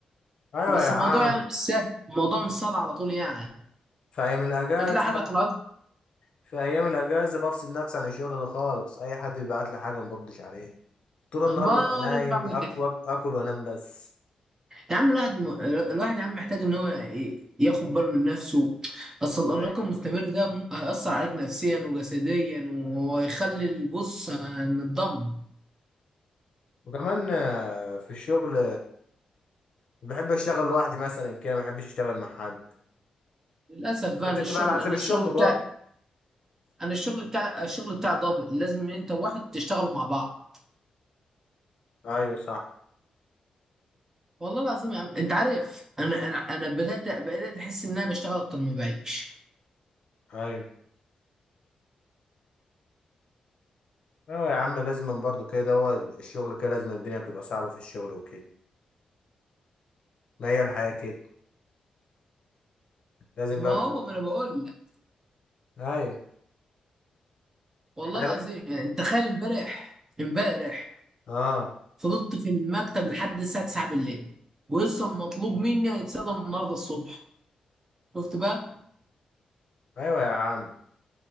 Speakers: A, on the left; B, on the right.
A: ايوه
B: بس
A: يا
B: الموضوع
A: عم
B: يعني مش سهل الموضوع مش سهل على طول يعني
A: في ايام الاجازه
B: تلاقي حاجه طلعت
A: في ايام الاجازه بفصل نفسي عن الشغل ده خالص اي حد بيبعت لي حاجه ما بردش عليه طول النهار
B: ما
A: ببقى نايم
B: انا بعمل
A: اكل
B: كده
A: اكل وانام بس
B: يا عم الواحد م... الواحد يا عم محتاج ان هو ي- ياخد باله من نفسه اصل الارهاق
A: أيوة.
B: المستمر ده ممكن هيأثر عليك نفسيا وجسديا ويخلي البص هنتدمر
A: وكمان آه، في الشغل بحب اشتغل لوحدي مثلا كده ما بحبش اشتغل مع حد
B: للاسف بقى
A: ما انت
B: إن
A: بتبقى
B: الشغل
A: على حسب
B: انا
A: الشغل
B: الشغل بتاعي
A: برضه
B: انا الشغل بتاع الشغل بتاع ضابط لازم انت وواحد تشتغلوا مع بعض
A: ايوه صح
B: والله العظيم يا عم انت عارف انا انا انا بدات بدات احس ان انا بشتغل اكتر ما بعيش
A: ايوه ايوه يا عم لازم برضه كده هو الشغل كده لازم الدنيا بتبقى صعبه في الشغل وكده ما هي الحياه كده لازم
B: ما
A: برضه
B: هو ما انا بقول لك
A: ايوه
B: والله
A: حر-
B: العظيم يعني تخيل امبارح امبارح
A: اه
B: فضلت في المكتب لحد الساعه 9 بالليل ولسه مطلوب مني هيتسلم النهارده الصبح شفت بقى
A: ايوه يا عم